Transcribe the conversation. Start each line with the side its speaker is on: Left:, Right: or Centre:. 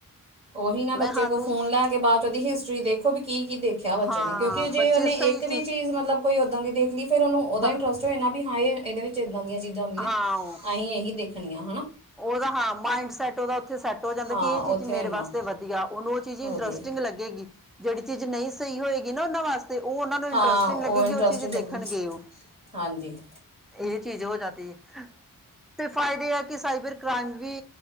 Right: ਉਹੀ ਨਾ
Centre: ਨਹੀਂ
Right: ਬੱਚੇ
Centre: ਸਾਨੂੰ
Right: ਕੋਲ ਫੋਨ ਲੈ ਕੇ ਬਾਅਦ ਚ ਉਹਦੀ ਹਿਸਟਰੀ ਦੇਖੋ ਵੀ ਕੀ-ਕੀ ਦੇਖਿਆ ਬੱਚੇ
Centre: ਹਾਂ
Right: ਨੇ। ਕਿਉਂਕਿ ਜੇ
Centre: ਬੱਚੇ
Right: ਉਹਨੇ
Centre: ਸਹੀ
Right: ਇੱਕ ਵੀ ਚੀਜ਼ ਮਤਲਬ ਕੋਈ ਉਹਦਾਂ ਦੀ ਦੇਖ ਲਈ ਫਿਰ ਉਹਨੂੰ ਉਹਦਾ
Centre: ਹਾਂ
Right: ਇੰਟਰਸਟ ਹੋਏ ਨਾ ਵੀ ਹਾਂ ਇਹ ਇਹਦੇ ਵਿੱਚ ਇੱਦਾਂ ਦੀਆਂ ਚੀਜ਼ਾਂ ਹੁੰਦੀਆਂ
Centre: ਹਾਂ
Right: ਅਸੀਂ ਇਹੀ ਦੇਖਣੀਆਂ ਹਨਾ
Centre: ਉਹਦਾ ਹਾਂ ਮਾਇੰਡ ਸੈਟ ਉਹਦਾ ਉੱਥੇ ਸੈੱਟ ਹੋ ਜਾਂਦਾ
Right: ਹਾਂ
Centre: ਕਿ ਇਹ ਚੀਜ਼
Right: ਉੱਥੇ
Centre: ਮੇਰੇ
Right: ਹੋਏ ਨਾ
Centre: ਵਾਸਤੇ ਵਧੀਆ ਉਹਨੂੰ ਉਹ ਚੀਜ਼ ਇੰਟਰਸਟਿੰਗ
Right: ਵਧੀਆ
Centre: ਲੱਗੇਗੀ। ਜਿਹੜੀ ਚੀਜ਼ ਨਹੀਂ ਸਹੀ ਹੋਏਗੀ ਨਾ ਉਹਨਾਂ ਵਾਸਤੇ ਤੇ ਉਹ ਉਹਨਾਂ ਨੂੰ ਇੰਟਰਸਟਿੰਗ
Right: ਹਾਂ
Centre: ਲੱਗੇਗੀ
Right: ਇੰਟਰਸਟ
Centre: ਉਹ ਚੀਜ਼
Right: ਹੀ ਲੱਗੂ
Centre: ਦੇਖਣਗੇ। ਉਹ
Right: ਹਾਂਜੀ
Centre: ਇਹ ਚੀਜ਼ ਹੋ ਜਾਂਦੀ ਹੈ ਤੇ ਫਾਇਦੇ ਹੈ ਸਾਈਬਰ ਕ੍ਰਾਈਮ ਵੀ